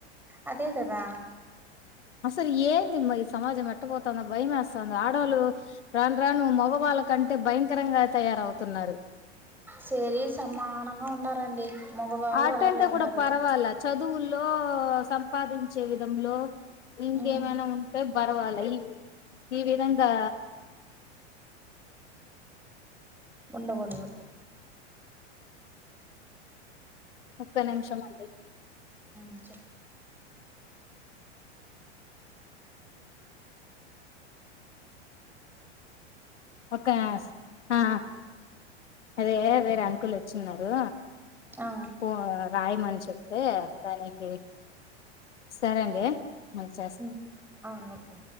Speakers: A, in the centre; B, on the left.
A: అదే కదా
B: అసలు ఏందిమ్మ ఈ సమాజం ఎట్టబోతాన్న భయమేస్ తాంది ఆడోలు రాను రాను మగవాళ్ళ కంటే భయంకరంగా తయారవుతున్నారు.
A: సరీ సమానంగా ఉన్నారండి. మగవాళ్ళు
B: ఆట
A: అలానే
B: అంటే
A: ఉండారు
B: కూడా పర్వాలా, చదువుల్లో, సంపాదించే విధంలో ఇంకేమైనా
A: ఉమ్
B: ఉంటే పర్వాలే, ఇవ్ ఈ విధంగా
A: ఉండకూడదు
B: ఒక్క నిమిషం అండి
A: ఉమ్ చెప్
B: ఒకేస్ ఆ అదే వేరే అంకుల్ వచ్చిన్నారు.
A: ఆ
B: పో రాయమని చెప్తే దానికి సరే అండి మళ్ళీ చేస్తా
A: ఉమ్ ఆ ఓకే